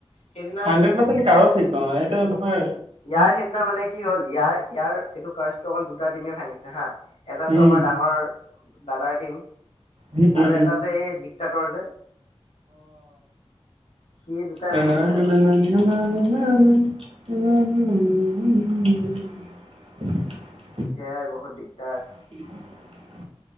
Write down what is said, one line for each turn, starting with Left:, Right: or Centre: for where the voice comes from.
Left: সেইদিনা
Right: হড্ৰেডপাৰ্চেণ্ট কৰোঁ ঠিক নহয়। এইটো তোমাৰ
Left: ইয়াৰ সেইদিনা মানে কি হ'ল, ইয়াৰ ইয়াৰ এইটো কাষ্টৰ অকল দুটা টিমে ভাঙিছে হা, এটাটো
Right: উম
Left: আমাৰ ডাঙৰ দাদাৰ টিম
Right: উম উম
Left: আৰু এটা
Right: উম
Left: যে এই ডিকটাতৰ যে সি দুটাই
Right: নানা
Left: ভাঙিছে
Right: নানা
Left: আৰু
Right: না লনা নানা নানা নানা <unintelligible>
Left: সেয়াই বহুত দিগদাৰ।
Right: <inaudible>